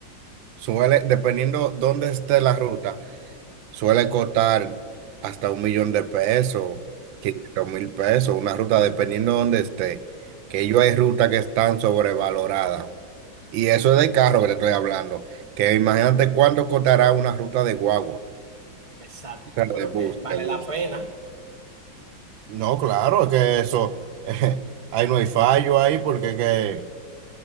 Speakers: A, on the right; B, on the right.
A: suele, dependiendo dónde esté la ruta, suele costar hasta un millón de pesos, quinientos mil pesos, una ruta dependiendo dónde esté, que yo hay rutas que están sobrevaloradas. Y eso es de carro que te estoy hablando, que imagínate cuánto costará una ruta de guagua,
B: Exacto,
A: o sea,
B: ¿no? Pero
A: de bus,
B: que vale
A: de bus.
B: la pena,
A: No, claro, es que eso, <laughs> ahí no hay fallo ahí porque que